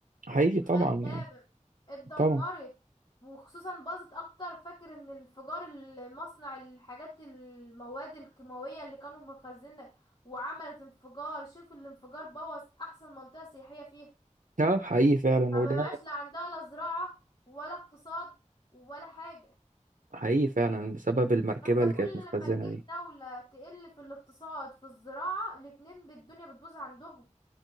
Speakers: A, on the right; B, on the left.
A: حقيقي طبعا
B: خد
A: يعني
B: بالك اتدمرت
A: طبعا
B: وخصوصا باظت اكتر فاكر ان الانفجار المصنع الحاجات المواد الكيماوية اللي كانوا مخزنة وعملت انفجار شوف الانفجار بوظ احسن منطقة سياحية فيها
A: اه حقيقي فعلا
B: فما
A: وده
B: بقاش لا عندها لا زراعة ولا اقتصاد ولا حاجة
A: حقيقي فعلا بسبب المركبة
B: فانت
A: اللي كانت
B: كل
A: متخزنة
B: لما تجيب
A: دي
B: دولة تقل في الاقتصاد في الزراعة الاتنين بالدنيا بتبوظ عندهم